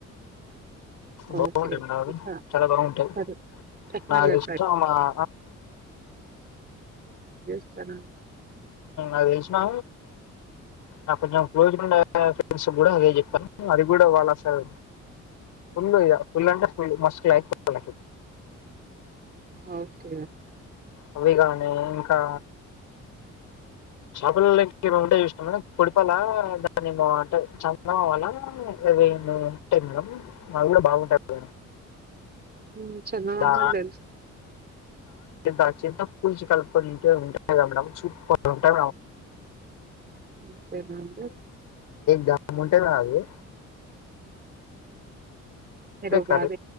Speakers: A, on the left (about 80°); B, on the right (about 30°).
A: బాగుంటాయి
B: ఓకే
A: మేడం
B: ఈసా
A: చాలా బాగుంటాయి
B: ఈసారి డెఫినెట్
A: నాకు
B: గా ట్రై
A: చా మా <inaudible>
B: చెడి
A: అదిలిసినా నా కొంచెం్జకుండే ఫ్రెండ్స్ కూడా అదే చెప్పాను అది కూడా వాలా సార్ ఫుల్ ఇద ఫుల్ అంటేల్ మస్ అయిపో
B: ఓకే
A: అవి కాగానీ ఇంకా షాపుల ఏముంటే ఇష్టం పొడిపలా దాన్నింట చందంవాల ఇరవైను అంటే మడం మావి కూడా బాగుంటాయి
B: హ్మ్ చందమామలు
A: బా
B: తెలుసు
A: దంత కూూల్చ కలుపుకుొంట ఉంటాయి కద చూట్ ఉంటా
B: అంతేనా అంత
A: దాము ఉంటా కాది
B: మీరు
A: కర్రీ.
B: బాధ